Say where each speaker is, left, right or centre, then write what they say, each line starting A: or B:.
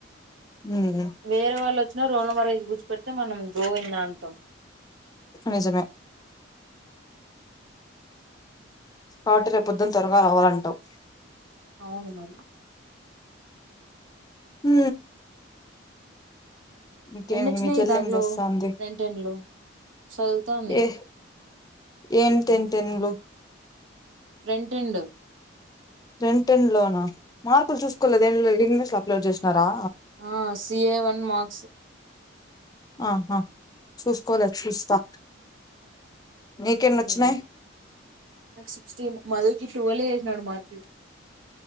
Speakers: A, on the left; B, on the right.
A: ఉమ్
B: వేరే వాళ్ళు వచ్చినా రోల్నంబర్ వేస్ కూర్చో పెడితే మనం గోవిందాంతం
A: నిజమే కాబట్టి రేపోదునా త్వరగా రావాలంటావు
B: అవును మరి
A: హ ఇంకేమి
B: ఎన్ని వచ్చినాయి
A: మీ చెల్లెం
B: దాంట్లో
A: చేస్తాంది
B: ఫ్రంట్ ఎండ్ లో చదువుతాంది
A: ఎ ఏంతింటుంది
B: ఫ్రెంట్ ఉంది
A: రెంటెన్ లోనా మార్కులు చూసుకోలేదేంలో యూనివర్స్ లో అప్లడ్ చేసినారా
B: ఆ సిఏ వన్ మార్క్స్
A: ఆహా చూసుకోలే చూస్తా నీకెన్ని
B: సరేరా
A: వచ్చినాయి
B: నాకు సిక్సటీన్ మధుకి ట్వెల్వ్ వెసినాడు మార్కు